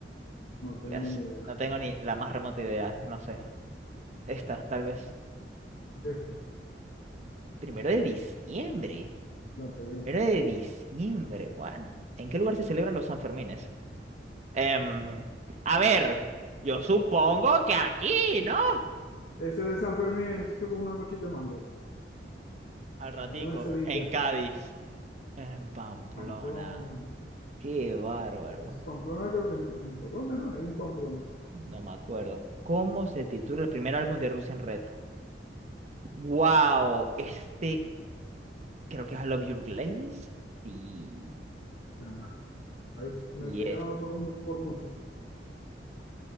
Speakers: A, on the left (about 60°); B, on the right (about 40°).
A: No tengo
B: Pues,
A: ni idea.
B: no tengo ni la más remota idea, no sé. Esta, tal vez.
A: Esta,
B: Primero de diciembre.
A: la pegué.
B: Primero de diciembre, bueno. ¿En qué lugar se celebran los Sanfermines? Em, a ver, yo supongo que aquí, ¿no?
A: Ese de San Fermín es con una conchita de mango.
B: Al ratico,
A: Voy a poner Sevilla,
B: en Cádiz, en Pamplona.
A: Pamplona.
B: Qué bárbaro.
A: Es Pamplona, creo que en, en Colombia no hay un Pamplona.
B: No me acuerdo. ¿Cómo se titula el primer álbum de Russian Red? ¡Wow! Este creo que es I Love Your Glaze. Y,
A: Ya nada. Ahí me
B: y
A: estoy ganando
B: es.
A: por, mu- por mucho.